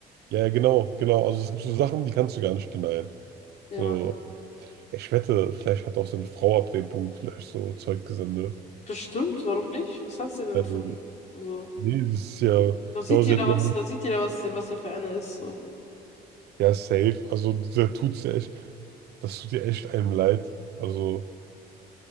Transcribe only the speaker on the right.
ja, genau, genau. Also es gibt so Sachen, die kannst du gar nicht denyen.
So, ja, ich wette, vielleicht hat auch seine Frau ab dem Punkt vielleicht so Zeug gesendet.
Äh,
nee, das ist ja,
genau, sie
hat ja,
ja safe. Also, da tut's ja echt, das tut ja echt einem leid. Also,